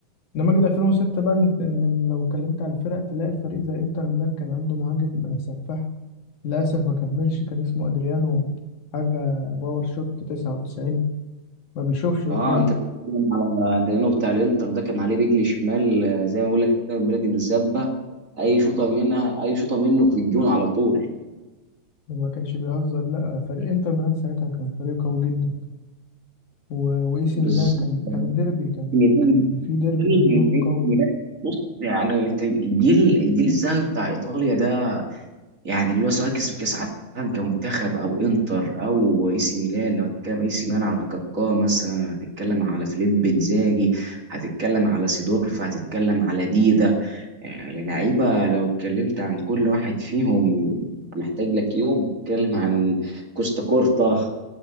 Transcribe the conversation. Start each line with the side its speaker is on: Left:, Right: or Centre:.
Left: إنما جيل 2006 بقى إن إن لو اتكلمت على الفرق تلاقي فريق زي إنتر ميلان كان عنده مهاجم سفاح للأسف ما كملش كان اسمه أدريانو حاجة باور شوت 99 ما بيشوفش قدامه
Right: اه انت بتتكلم على ديانو بتاع الانتر ده كان عليه رجل شمال آه، زي ما بقول لك كده بلادي بالزبه اي شوطه منها اي شوطه منه في الجون على طول
Left: وما كانش بيهزر لا فريق إنتر ميلان ساعتها كان فريق قوي جدا و- واي سي
Right: بالظبط
Left: ميلان كان كان ديربي كان
Right: ميلان
Left: كان في ديربي
Right: ميلان
Left: ما بينهم قوي
Right: ميلان بص يعني الجيل الجيل الذهبي بتاع ايطاليا ده يعني اللي هو سواء كسب كاس عالم كمنتخب او انتر او اي سي ميلان لو هتتكلم اي سي ميلان على كاكا مثلا هتتكلم على فيليب انزاجي هتتكلم على سيدورف هتتكلم على ديدا يعني لعيبه لو اتكلمت عن كل واحد فيهم محتاج لك يوم اتكلم عن كوستا كورتا